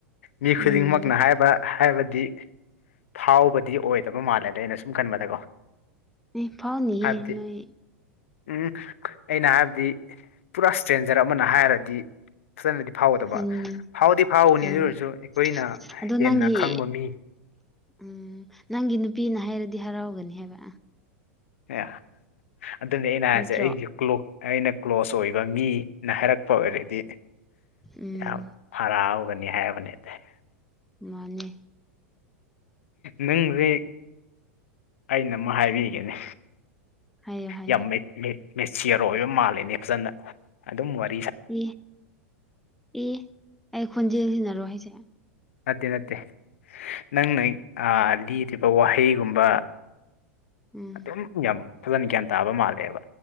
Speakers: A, on the left; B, in the centre.
A: ꯃꯤ
B: ꯎꯝ
A: ꯈꯨꯗꯤꯡꯃꯛꯅ ꯍꯥꯏꯕ ꯍꯥꯏꯕꯗꯤ ꯐꯥꯎꯕꯗꯤ ꯑꯣꯏꯗꯕ ꯃꯥꯜꯂꯦꯗ ꯑꯩꯅ ꯁꯨꯝ ꯈꯟꯕꯗꯀꯣ
B: ꯑꯦ ꯐꯥꯎꯅꯤꯌꯦ
A: ꯍꯥꯏꯕꯗꯤ
B: ꯅꯣꯏ
A: ꯎꯝ ꯑꯩꯅ ꯍꯥꯏꯕꯗꯤ ꯄꯨꯔꯥ ꯁꯇ꯭ꯔꯦꯟꯖꯔ ꯑꯃꯅ ꯍꯥꯏꯔꯗꯤ ꯐꯖꯅꯗꯤ ꯐꯥꯎꯒꯗꯕ
B: ꯎꯝ
A: ꯐꯥꯎꯗꯤ ꯐꯥꯎꯒꯅꯤ
B: ꯎꯝ
A: ꯑꯗꯨ ꯑꯣꯏꯔꯁꯨ ꯑꯩꯈꯣꯏꯅ
B: ꯑꯗꯣ ꯅꯪꯒꯤ
A: ꯍꯦꯟꯅ ꯈꯪꯕ ꯃꯤ <inaudible>
B: ꯎꯝ ꯅꯪꯒꯤ ꯅꯨꯄꯤꯅ ꯍꯥꯏꯔꯗꯤ ꯍꯔꯥꯎꯒꯅꯤ ꯍꯥꯏꯕ
A: ꯑꯦ ꯑꯗꯨꯅꯤ ꯑꯩꯅ
B: ꯅꯠꯇ꯭ꯔꯣ
A: ꯍꯥꯏꯁꯦ ꯑꯩꯒꯤ ꯀ꯭ꯂꯣꯛ ꯑꯩꯅ ꯀ꯭ꯂꯣꯁ ꯑꯣꯏꯕ ꯃꯤ ꯅ ꯍꯥꯏꯔꯛꯄ ꯑꯣꯏꯔꯗꯤ
B: ꯎꯝ
A: ꯌꯥꯝ ꯍꯔꯥꯎꯒꯅꯤ ꯍꯥꯏꯕꯅꯦꯗ
B: ꯃꯥꯅꯦ
A: ꯅꯪ ꯔꯤꯛ ꯑꯩꯅ ꯑꯃ ꯍꯥꯏꯕꯤꯒꯦꯅꯦ
B: ꯍꯥꯏꯌꯣ ꯍꯥꯏꯌꯣ
A: ꯌꯥꯝ ꯃꯦ ꯃꯦ ꯃꯦꯆꯤꯌꯣꯔ ꯑꯣꯏꯕ ꯃꯥꯜꯂꯦꯅꯦ ꯐꯖꯅ ꯑꯗꯨꯝ ꯑꯣꯏ
B: ꯏ ꯢ ꯑꯩ ꯈꯣꯟꯖꯦꯜ ꯁꯤꯅꯔꯣ ꯍꯥꯢꯁꯦ
A: ꯅꯠꯇꯦ ꯅꯠꯇꯦ ꯅꯪꯅ ꯍꯦꯛ ꯑꯥ ꯂꯤꯔꯤꯕ ꯋꯥꯍꯩꯒꯨꯝꯕ
B: ꯎꯝ
A: ꯑꯗꯨꯝ ꯌꯥꯝ ꯐꯖꯅ ꯒ꯭ꯌꯥꯟ ꯇꯥꯕ ꯃꯥꯜꯂꯦꯕ